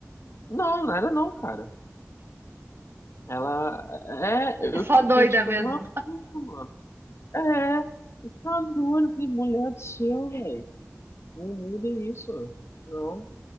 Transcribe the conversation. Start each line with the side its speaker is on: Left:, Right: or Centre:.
Left: Não, não era não, cara. Ela. É,
Right: É só
Left: eu fiquei,
Right: doida
Left: tipo,
Right: mesmo.
Left: maluco, mano. É, tá duro, eu falei, mulher do céu, velho. não mudem isso. Não.